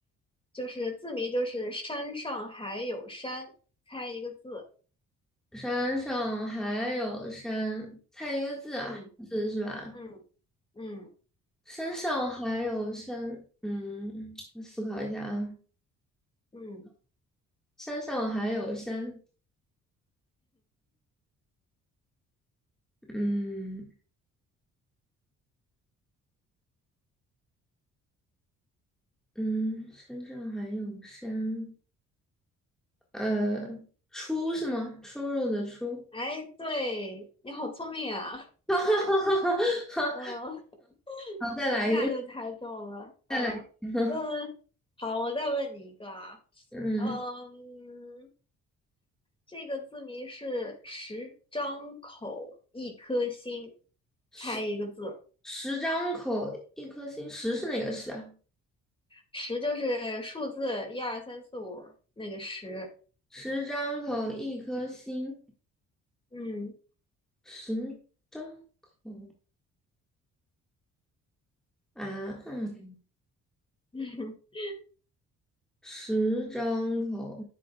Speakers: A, on the left; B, in the centre.
A: 就是字谜，就是山上还有山，猜一个字。
B: 山上还有山，猜一个字啊，
A: 嗯
B: 字是吧？
A: 嗯嗯。
B: 山上还有山，嗯，我思考一下啊，
A: 嗯，
B: 山上还有山，嗯嗯，山上还有山，呃，出是吗？出入的出。
A: 哎，对，你好聪明啊，
B: <laughs> 哈哈哈哈哈！
A: 嗯，<laughs>
B: 好，再来一个，
A: 一下就猜中了，嗯，
B: 再来一个。<laughs>
A: 那好，我再问你一个啊，
B: 嗯，
A: 嗯，这个字谜是十张口一颗心，
B: 十
A: 猜一个字，
B: 十张口一颗心，十是哪个十啊？
A: 十就是数字一二三四五那个十，
B: 十张口一颗心，
A: 嗯
B: 十张口啊，嗯，
A: <laughs>
B: 十张口，